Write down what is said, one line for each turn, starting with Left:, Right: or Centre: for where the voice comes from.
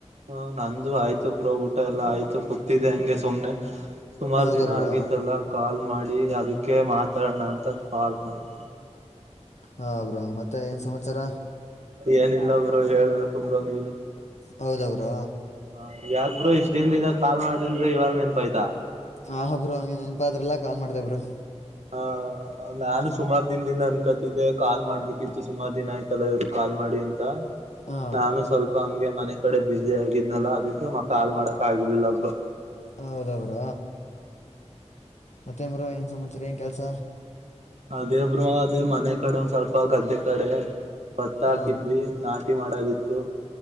Right: ಹ ನಂದು ಆಯ್ತುಬ್ರ ಊಟ ಎಲ್ಲಾ ಆಯ್ತು ಕೂತಿದ್ದೆ ಹಂಗೆ ಸುಮ್ನೆ ಸುಮಾರು
Left: ಹೌದ
Right: ದಿನ
Left: ಬ್ರೋ
Right: ಆಗಿತ್ತಲ್ಲಾ ಕಾಲ್ ಮಾಡಿ ಅದಕ್ಕೆ ಮಾತಾಡೋಣ ಅಂತ ಕಾಲ್ ಮಾಡ್ದ
Left: ಹಾ ಅವ್ರ ಮತ್ತೆ ಏನ್ ಸಮಾಚಾರ
Right: ಏನಿಲ್ಲ ಬ್ರೋ ಹೇಳ್ಬೇಕು ಬ್ರೋ ನೀವು
Left: ಹೌದ ಅವರು
Right: ಹ ಯಾಕ್ರರು ಇಷ್ಟ್ ದಿನ ದಿಂದ ಕಾಲ್ ಮಾಡಲಿಲ್ಲ ಇವಾಗ ನೆನ್ಪ ಆಯ್ತಾ
Left: ಆ ಹ ಬ್ರೋ ಹಂಗೆ ನೆನಪಾದ್ರಲ್ಲ ಕಾಲ್ ಮಾಡ್ತ ಬ್ರರು
Right: ಹ ನಾನು ಸುಮಾರು ದಿನ ದಿನ ಅನ್ಕ ಕಾಲ್ ಮಾಡ್ಬೇಕಿತ್ತು ಸುಮಾರು ದಿನ ಆಯ್ತಲ್ಲ ಇವ್ರ ಕಾಲ್ ಮಾಡಿ ಅಂತ
Left: ಹಾ
Right: ನಾನು ಸ್ವಲ್ಪ ಹಂಗೆ ಮನೆ ಕಡೆ ಬ್ಯಸ ಆಗಿದ್ನಲ್ಲ ಅದಕ್ಕೆ ಕಾಲ್ ಮಾಡಕ್ ಆಗಿರ್ಲಿಲ್ಲಬ್ರು
Left: ಹೌದಾಗ್ರ ಮತ್ತೆ ಮರ ಏನ್ ಸಮಾಚಾರ ಏನ್ ಕೆಲ್ಸ
Right: ಅದೇಬ್ರು ಅದೇ ಮನೆ ಕಡೆ ಒಂದ ಸ್ವಲ್ಪ ಗದ್ದೆ ಕಡೆ ಭತ್ತ
Left: ಹಾ
Right: ಹಾಕಿದ್ವಿ ನಾಟಿ ಮಾಡೋದಿತ್ತು